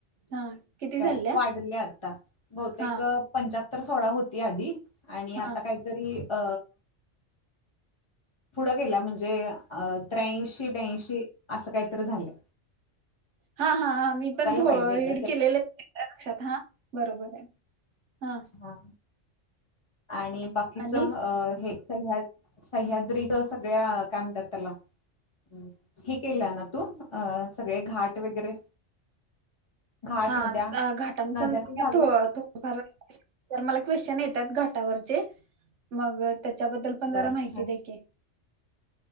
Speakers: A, on the right (about 75°); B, on the left (about 30°).
A: हा किती
B: काय
A: झाल्या
B: वाढल्या आता. बहुतेक
A: हा
B: पंचाहत्तर सोळा होती आधी आणि
A: हा
B: आता काहीतरी अ पुढं गेल्या म्हणजे अ त्र्यांशी ब्यांशी असं कायतरी झाल्या.
A: हा हा हां मी पण थोडं
B: पाहिजे एकदा
A: रीड केलेलं आहे. लक्षात हा बरोबर हाय. हां..
B: ह आणि बाकीच
A: आणि
B: अ हेच सह्याद सह्याद्रीच सगळ्या काय म्हणत्यात त्याला हम्म हे केलय ना तू अ सगळे घाट वगैरे. घाट
A: हा
B: नद्या
A: घाटांचा
B: नद्याच
A: <unintelligible>
B: झालंय
A: र तर मला क्वेश्चन येत्यात घाटावरचे मग त्याच्याबद्दल पण
B: बर
A: जरा माहिती
B: हा.
A: द्या की.